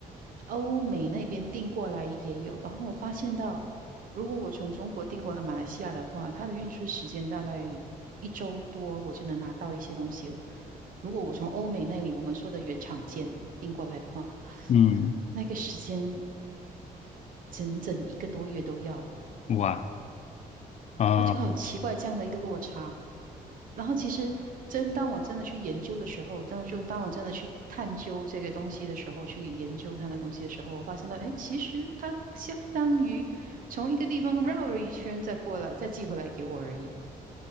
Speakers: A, on the right; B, on the left.
A: 欧美那边订过来也有。然后我发现到，如果我从中国订过来马来西亚的话，它的运输时间大概一周多，我就能拿到一些东西了。如果我从欧美那里我们说的原厂件订过来的话，
B: 嗯，
A: 那个时间整整一个多月都要，
B: 哇，啊、
A: 我就好奇怪这样的一个落差。然后其实真当我真的去研究的时候，当就当我真的去探究这个东西的时候，去研究它的东西的时候，我发现到，哎，其实它相当于从一个地方绕了一圈再过来，再寄回来给我而已。